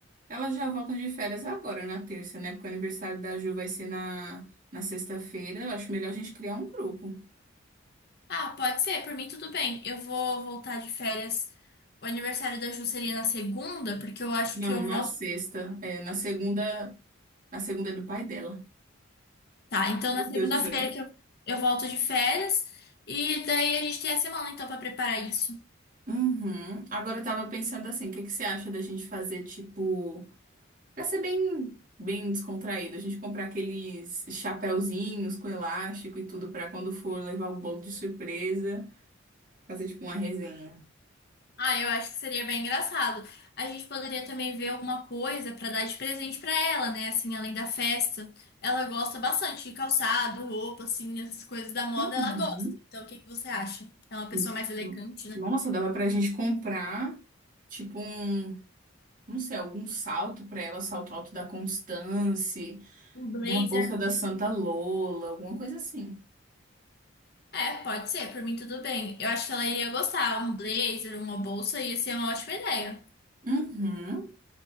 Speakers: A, on the right; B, on the left.
A: Elas já voltam de férias agora, na terça, né? Porque o aniversário da Ju vai ser na, na sexta-feira. Eu acho melhor a gente criar um grupo.
B: Ah, pode ser, por mim tudo bem. Eu vou voltar de férias. O aniversário da Ju seria na segunda, porque eu acho
A: Não,
B: que eu
A: na
B: volto.
A: sexta. É, na segunda. Na segunda é do pai dela.
B: Tá, então
A: Meu
B: na segunda-feira
A: Deus do céu.
B: que eu, eu volto de férias e daí a gente tem a semana então pra preparar isso.
A: Uhum. Agora eu tava pensando assim, o que que você acha da gente fazer, tipo. Pra ser bem, bem descontraído, a gente comprar aqueles chapéuzinhos com elástico e tudo pra quando for levar o bolo de surpresa, fazer tipo uma resenha.
B: Ah, eu acho que seria bem engraçado. A gente poderia também ver alguma coisa pra dar de presente pra ela, né? Assim, além da festa. Ela gosta bastante de calçado, roupa, assim, essas coisas da moda
A: Uhum.
B: ela gosta. Então o que que você acha? É uma
A: Isso.
B: pessoa mais elegante, né?
A: Nossa, dava pra gente comprar tipo um, não sei, algum salto pra ela, salto alto da Constance,
B: Um blazer.
A: uma bolsa da Santa Lola, alguma coisa assim.
B: É, pode ser, por mim tudo bem. Eu acho que ela iria gostar. Um blazer, uma bolsa ia ser uma ótima ideia.
A: Uhum.